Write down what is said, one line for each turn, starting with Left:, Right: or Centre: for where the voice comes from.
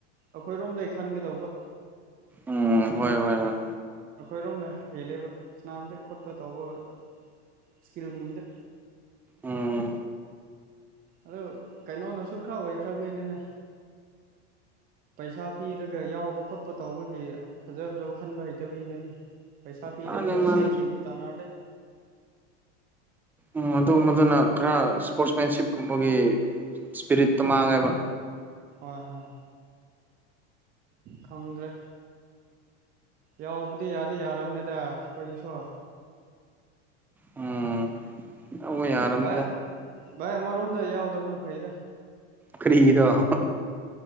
Right: ꯑꯩꯈꯣꯏꯔꯣꯝꯗꯩꯩ ꯈꯟꯒꯗꯧꯕ
Centre: ꯎꯝ ꯍꯣꯏ ꯍꯣꯏ ꯍꯣꯏ
Right: ꯑꯩꯈꯣꯏꯔꯣꯝꯅ ꯍꯦꯜꯂꯦꯕꯥ ꯁꯅꯥꯝꯗ ꯈꯣꯠꯄ ꯇꯧꯕꯒ ꯑ ꯑ ꯁ꯭ꯀꯤꯜ ꯒꯨꯝꯕꯗ
Centre: ꯎꯝ
Right: ꯑꯗꯨ ꯀꯩꯅꯣꯅꯁꯨ ꯈꯔ ꯑꯣꯏꯈ꯭ꯔꯕꯩꯩꯅꯤꯅꯦ ꯄꯩꯁꯥ ꯄꯤꯔꯒ ꯌꯥꯎꯕ ꯈꯣꯠꯄ ꯇꯧꯕꯒꯤ ꯐꯖ ꯐꯖꯕ ꯈꯟꯕ ꯍꯩꯇꯕꯩꯅꯤꯅꯦ ꯄꯩꯁꯥ ꯄꯤꯗꯕꯤꯗ
Centre: ꯃꯥꯅꯦ
Right: ꯑꯁꯦꯡ
Centre: ꯃꯥꯅꯦ
Right: ꯁꯦꯡꯕ ꯇꯧꯅꯔꯗꯤ
Centre: ꯎꯝ ꯑꯗꯨꯒꯨꯝꯕꯗꯨꯅ ꯈꯔ ꯁ꯭ꯄꯣꯔ꯭ꯠꯁ꯭ꯃꯦꯟꯁꯤꯞ ꯒꯨꯝꯕꯒꯤ ꯁ꯭ꯄꯤꯔꯤꯠꯇꯣ ꯃꯥꯡꯉꯦꯕ
Right: ꯍꯣꯏ ꯍꯣꯏ ꯈꯪꯗ꯭ꯔꯦ ꯌꯥꯎꯕꯗꯤ ꯌꯥꯗꯤ ꯌꯥꯔꯕꯅꯦꯗꯥ ꯑꯩꯈꯣꯏꯒꯤꯁꯨ
Centre: ꯎꯝ ꯇꯧꯕ ꯌꯥꯔꯕꯅꯤꯗ
Right: ꯚꯥꯏ ꯚꯥꯏ ꯑꯃꯔꯣꯝꯗ ꯌꯥꯎꯗꯕꯅ ꯐꯩꯗꯥ
Centre: ꯀꯔꯤꯒꯤꯔꯣ ꯍ ꯍ